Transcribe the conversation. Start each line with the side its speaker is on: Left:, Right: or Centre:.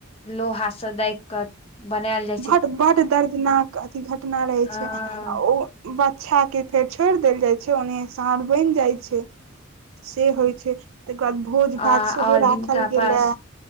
Left: लोहाँ दग क बनायल जा
Right: बड बड्ड दर्दनाक अथी घटना रहै
Left: हँ
Right: छै आ ओ बचछा केएते छोड़ देल जाय छै ओन्ने सााँढ़ बनि जाय छै से होइ छै तईके बाद भोज भात
Left: आ
Right: सेहो
Left: आओर जिनका
Right: राखल
Left: पास
Right: गेलै